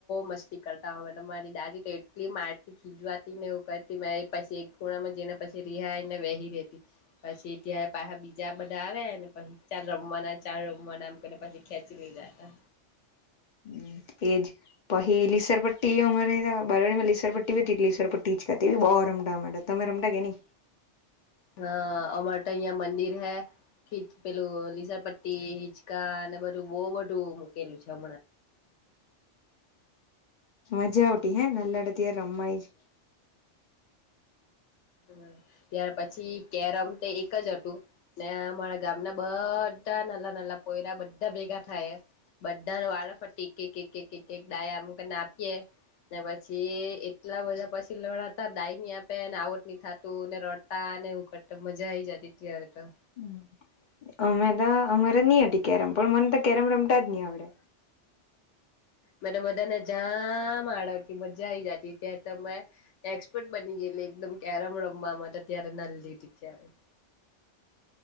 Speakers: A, on the left; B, on the left.
A: મસ્તી કરતા અમેતો હો મારી દાદી તો એટલી મારતી ખીજવાતી ને એવું કરતી મે પછી એક ખૂણામાં જઈને પછી રિહાયને બેહી રેતી પછી ત્યા પાછા બીજા બધા આવેને પહી ચાલ રમવાના ચાલ રમવાના એમ કહીને પછી ખેંચીને લઈ જતા
B: હમ એજ પહી લીસર પટ્ટી અમારે બાલવાડીમાં લીસર પટ્ટી બી હતી લીસર પટ્ટી છત્રી બો રમટા એમે ટો. તમે રામટા કે ની?
A: હ અમાર તો અયીયા મંદિર હૈ. ખીચ પેલું લીસરપટ્ટી, હિચકા ને બધું બો બધું મૂકેલું છે હમણાં.
B: મજા આવતી હે ને નાનલા હતા ત્યારે રમવાની.
A: હમ્મ ત્યાર પછી કેરમ તે એક જ હતું ને અમારા ગામના બધા નાનલા નાનલા પોયરા બધા ભેગા થાયએ બધાને વા વારાફરતી એક-એક-એક-એક -એક દાય એમ કરીને આપીએ. ને પછી એટલા બધા પછી લડાતા ડાયની આપે એને આઉટ ની થાતું ને રડતા ને એવું કરતા મજા આઈ જતી ત્યારે તો.
B: હમ. અમે તો અમારે ની હતી કેરમ પણ મને તો કેરમ રમતા જ ની આવડે.
A: મેં તો બધાને જામ આડવતી મજા આઈ જાતી ત્યારે ત મેં એક્સપર્ટ બની ગે લી એકદમ કેરમ રમવા માટે ત્યારે નાનલી હતી ત્યારે.